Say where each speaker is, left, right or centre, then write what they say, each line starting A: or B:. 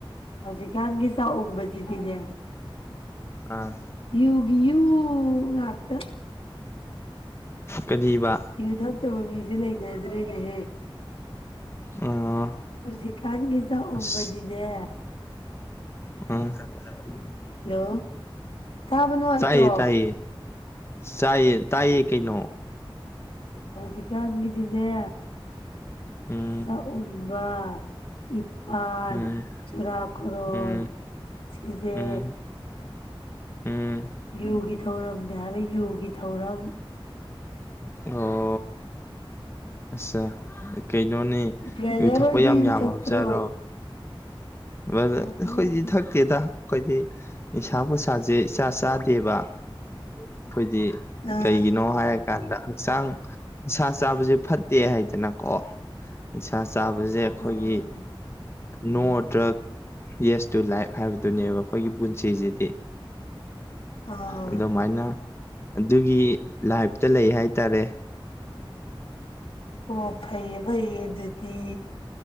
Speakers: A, on the left; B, on the left.
A: ꯍꯧꯖꯤꯛꯀꯥꯟꯒꯤ ꯆꯥꯛꯎꯝꯕꯁꯤꯗꯤꯅꯦ
B: ꯑꯥ
A: ꯌꯨꯒꯤ ꯌꯨ ꯉꯥꯛꯇꯥ
B: ꯀꯔꯤꯕ
A: ꯌꯨ ꯊꯛꯇꯕ ꯃꯤꯁꯦ ꯂꯩꯅꯗ꯭ꯔꯦꯅꯦꯍꯦ
B: ꯑꯥ
A: ꯍꯧꯖꯤꯛꯀꯥꯟꯒꯤ ꯆꯥꯎꯝꯕꯗꯤꯅꯦ
B: ꯑꯁ ꯑ <unintelligible>
A: ꯍꯜꯂꯣ ꯇꯥꯕ ꯅꯨꯡꯉꯥꯏꯇ꯭ꯔꯣ
B: ꯆꯥꯏꯌꯦ ꯇꯥꯏꯌꯦ ꯆꯥꯏꯌꯦ ꯇꯥꯏꯌꯦ ꯀꯩꯅꯣ
A: ꯍꯧꯖꯤꯛꯀꯥꯟꯒꯤꯗꯤꯅꯦ
B: ꯎꯝ
A: ꯆꯥꯛꯎꯝꯕ ꯏꯄꯥꯜ
B: ꯎꯝ
A: ꯆꯨꯔꯥ ꯀꯣꯔꯣꯟ
B: ꯎꯝ
A: ꯁꯤꯖꯦ
B: ꯎꯝ ꯎꯝ
A: ꯌꯣꯒꯤ ꯊꯧꯔꯝꯅꯦ ꯍꯥꯏꯕ ꯌꯣꯒꯤ ꯊꯧꯔꯝ
B: ꯑꯣ ꯑꯁꯁ ꯀꯩꯅꯣꯅꯦ
A: ꯕ꯭ꯔꯗꯔ
B: ꯌꯨ ꯊꯛꯄ
A: ꯍꯣꯏꯗꯤ
B: ꯌꯥꯝ
A: ꯌꯨ
B: ꯌꯥꯝꯃꯕ
A: ꯊꯛꯇ꯭ꯔꯣ
B: ꯆꯥꯠꯔꯣ ꯑꯩꯈꯣꯏꯗꯤ
A: ꯌꯥꯝꯃꯤ ꯌꯥꯝꯃꯤ
B: ꯊꯛꯇꯦꯗ ꯑꯩꯈꯣꯏꯗꯤ ꯅꯤꯁꯥ ꯄꯨꯁꯥꯁꯦ ꯆꯥ ꯆꯥꯗꯦꯕ ꯑꯩꯈꯣꯏꯗꯤ
A: ꯑꯥ
B: ꯀꯩꯒꯤꯅꯣ ꯍꯥꯏꯔꯀꯥꯟꯗ ꯍꯛꯆꯥꯡ ꯅꯤꯁꯥ ꯆꯥꯕꯁꯦ ꯐꯠꯇꯦ ꯍꯥꯏꯗꯅꯀꯣ ꯅꯤ ꯆꯥꯕꯁꯦ ꯑꯩꯈꯣꯏꯒꯤ
A: ꯎꯝ
B: not drug yes to life ꯍꯥꯏꯕꯗꯨꯅꯦꯕ ꯑꯩꯈꯣꯏꯒꯤ ꯄꯨꯟꯁꯤꯁꯤꯗꯤ
A: ꯑꯥ
B: ꯑꯗꯨꯃꯥꯏꯅ ꯑꯗꯨꯒꯤ ꯂꯥꯏꯞꯇ ꯂꯩ ꯍꯥꯏꯇꯥꯔꯦ
A: ꯑꯣ ꯐꯩꯌꯦ ꯐꯩꯌꯦ ꯑꯗꯨꯗꯤ